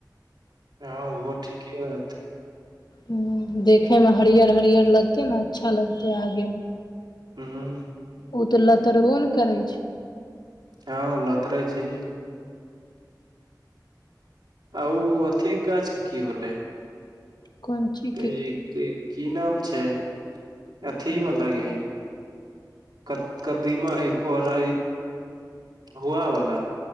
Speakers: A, on the right (about 70°); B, on the left (about 70°).
A: हाँ ओहो ठीके रहतै
B: हम देखे में हरियर हरियर लगते ने अच्छा लगते आगे में
A: हूँ हूँ
B: ओ तऽ लतरबो ने करै छै
A: हँ लतरे छै आ ओ अथीक गाछ के की होलै
B: कोन ची
A: कै कै की नाम छै अथी बला यै कद कदीमा अही कोहरा भुआ बाला